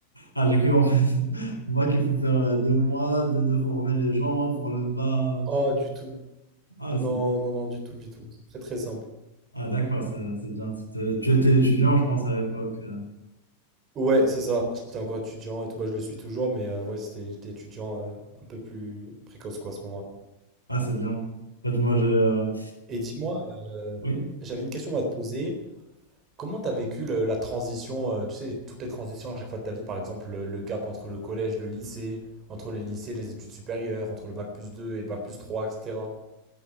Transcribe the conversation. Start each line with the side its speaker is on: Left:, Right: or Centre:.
Left: ah, j'ai cru en fait, <laughs> moi qu'il faut faire euh, deux mois de, de former les gens pour ne pas...
Right: Ah, du tout.
Left: Ah,
Right: Non,
Left: c'est,
Right: non, non, du tout, du tout. C'est très très simple.
Left: ah d'accord, c'est c'est bien, C'était- tu étais étudiant, je pense, à l'époque. euh.
Right: Ouais, c'est ça. J'étais encore étudiant et tout. Bah, je le suis toujours, mais euh, ouais, c'était, j'étais étudiant euh, un peu plus précoce quoi à ce moment-là.
Left: Ah, c'est bien. En fait, moi, j'ai... euh,
Right: Et dis-moi, euh,
Left: Oui,
Right: j'avais une question à te poser. Comment tu as vécu le- la transition, euh, tu sais, toutes les transitions à chaque fois de ta vie, par exemple le, le cap entre le collège, le lycée, entre les lycées, les études supérieures, entre le bac plus 2 et bac plus 3, etc.